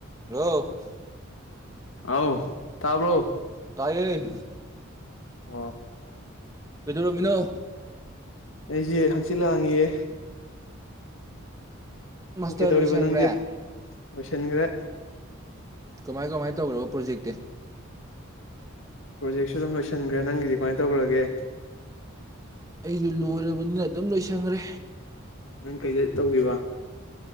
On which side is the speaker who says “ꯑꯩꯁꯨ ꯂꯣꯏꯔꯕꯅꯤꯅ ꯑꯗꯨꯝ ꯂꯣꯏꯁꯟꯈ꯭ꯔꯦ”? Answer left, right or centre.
Right